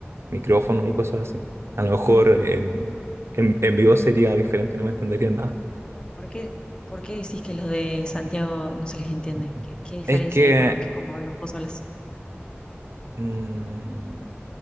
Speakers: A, on the right; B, on the left.
A: micrófono y cosas así. A lo mejor en, en, en vivo sería diferente y no me entenderían nada.
B: ¿Por qué, por qué decís que los de Santiago no se les entiende?
A: Ujú.
B: ¿Qué, qué diferencia
A: Es que
B: hay con lo que como los vos hablas?
A: mm,